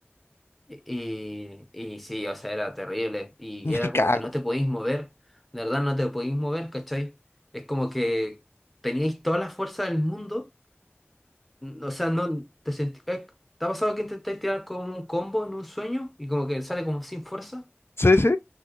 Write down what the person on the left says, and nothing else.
<laughs> Me
cago.
Sí, sí.